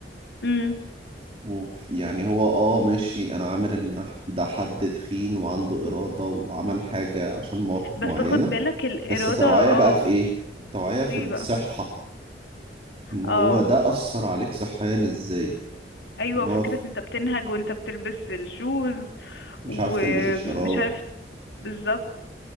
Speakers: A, on the left (about 85°); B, on the right (about 35°).
A: انا
B: وف- يعني هو اه ماشي انا عامل ان ده حد تخين وعنده إرادة وعمل حاجة عشان مواقف
A: بس
B: معينة
A: خد بالك الإرادة
B: بس التوعية
A: اه
B: بقى في ايه؟ التوعية في
A: ايه
B: الصحة
A: بقى
B: ان هو
A: اه
B: ده أثر عليك صحيا ازاي؟
A: ايوه
B: ان هو
A: وفكرة
B: ف-
A: انت بتنهج وانت بتلبس الشوز
B: مش
A: ومش
B: عارف تلبس الشراب
A: عارف بالظبط